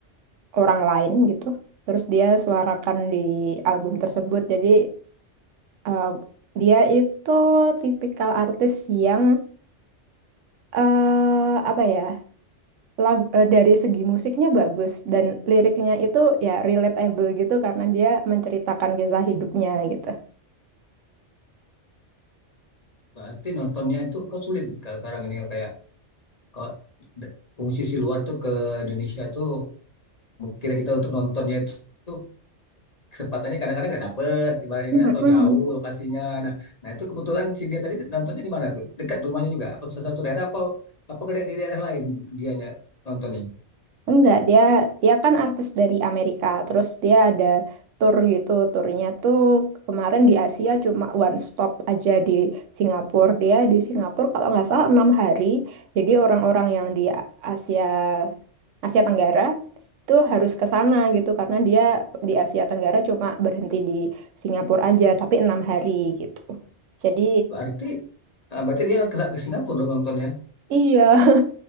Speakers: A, on the right; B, on the left.
A: orang lain gitu. Terus dia suarakan di album tersebut. Jadi uh, dia itu tipikal artis yang eh apa ya? lag- eh, dari segi musiknya bagus dan liriknya itu ya relatable gitu karena dia menceritakan kisah hidupnya gitu.
B: Berarti nontonnya itu kok sulit nih, kalau sekarang ini kayak oh, d- fungsi si luar tuh ke Indonesia tuh kita kita untuk nontonnya itu tuh kesempatannya kadang-kadang nggak dapet ibaratnya
A: Mhm.
B: kan, atau jauh lokasinya nah nah itu kebetulan si dia tadi nontonnya di mana tuh dekat rumahnya juga apa salah satu daerah apa apa ke daer- di daerah lain dianya nontonnya
A: Enggak, dia dia kan artis dari Amerika. Terus dia ada tour gitu. turnya tuh kemarin di Asia cuma one stop aja di Singapura. Dia di Singapura kalau nggak salah enam hari. Jadi orang-orang yang di Asia Asia Tenggara itu harus ke sana gitu karena dia di Asia Tenggara cuma berhenti di Singapura aja, tapi enam hari gitu. Jadi
B: berarti ah, berarti dia ke, ke Singapura dong nontonnya
A: Iya,